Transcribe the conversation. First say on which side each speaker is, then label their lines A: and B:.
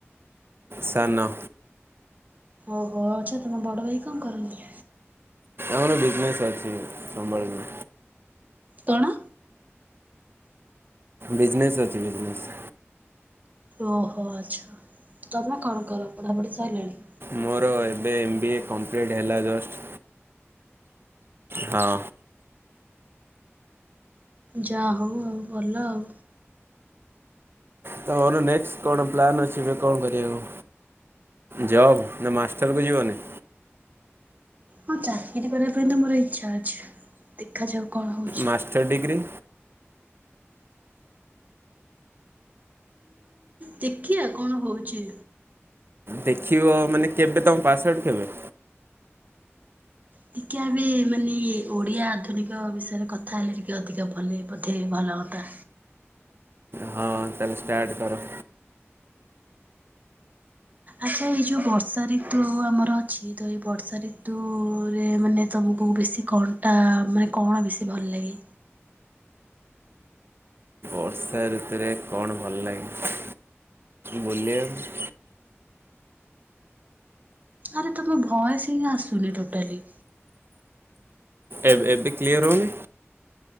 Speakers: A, on the right; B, on the right.
A: ସାନ।
B: ଓହୋ ଆଚ୍ଛା ତମ ବଡ଼ ଭାଇ କଣ କରନ୍ତି?
A: ଆମର ବିଜନେସ୍ ଅଛି ସମ୍ବଳିକ
B: କଣ?
A: ବିଜନସ ଅଛି ବିଜନସ।
B: ଓହୋ ଆଚ୍ଛା ତୁମେ କଣ କର ପଢ଼ାପଢ଼ି ସାରିଲାଣି?
A: ମୋର ଏବେ ଏମ୍ ବି ଏ କମ୍ପ୍ଲିଟ୍ ହେଲା ଜଷ୍ଟ୍। ହଁ।
B: ଯାହା ହଉ ଭଲ ଆଉ।
A: ତମର ନେକ୍ସଟ କଣ ପ୍ଲାନ୍ ଅଛି ଏବେ କଣ କରିବାକୁ? ଜବ ନା ମାଷ୍ଟର ବି ଯିବନି?
B: ହଁ ଚାକିରି କରିବା ପାଇଁ ତ ମୋର ଇଚ୍ଛା ଅଛି ଦେଖାଯାଉ। କଣ ହଉଛି
A: ମାଷ୍ଟର୍ ଡିଗ୍ରୀ।
B: ଦେଖିଆ କଣ ହଉଛି?
A: ଦେଖିବ ମାନେ କେବେ ତମ ପାସଆଉଟ କେବେ?
B: ଟିକେ ଆମେ ମାନେ ଓଡିଆ ଆଧୁନିକ ବିଷୟରେ କଥା ହେଲେ ଟିକେ ଅଧିକା ଭଲେ ବୋଧେ ଭଲ ହନ୍ତା।
A: ହଁ ତାହେଲେ ଷ୍ଟାର୍ଟ କର।
B: ଆଚ୍ଛା ଏଇ ଯୋଉ ବର୍ଷା ରିତୁ ଆମର ଅଛି ତ ଏଇ ବର୍ଷା ରିତୁରେ ମାନେ ତୁମକୁ ବେଶୀ କଅଣ୍ଟା ମାନେ କଣ ବେଶୀ ଭଲ ଲାଗେ?
A: ବର୍ଷା ଋତୁରେ କଣ ଭଲ ଲାଗେ? ବୁଲିଆକୁ।
B: ଆରେ ତମ ଭଏସ ହିଁ ଆସୁନି ଟୋଟାଲି।
A: ଏବେ ଏବେ କ୍ଲିୟର ହଉନି?